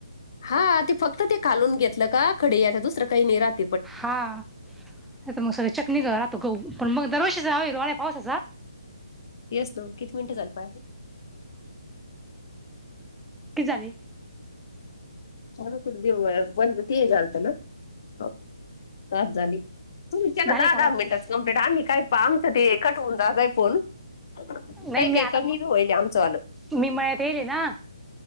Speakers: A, on the left; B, in the centre.
A: हा ते फक्त ते कालून घेतलं का खडे याला दुसरं काही नी राहत.
B: हा हा नाही तर मग सगळं चिखली गाळ राहतो गहू पण मग दरवर्षीचा ह वेळी पावसाचा
A: तेस तो किती मिनिटं झाल पाहले.
B: किती झाली?
A: चाल तु देव बंद ते झालतं ना हो पाच झाली. तुमच्यान
B: झाले
A: दहा
B: का बस
A: दहा मिनटच कंप्लीट आम्ही काय पाह आमचं ते कट होऊन जात काय फोन. काय
B: नाही मी
A: काय
B: आता
A: कमी
B: म-
A: बी व्हायले आमचं वालं.
B: मी मळ्यात येईल ना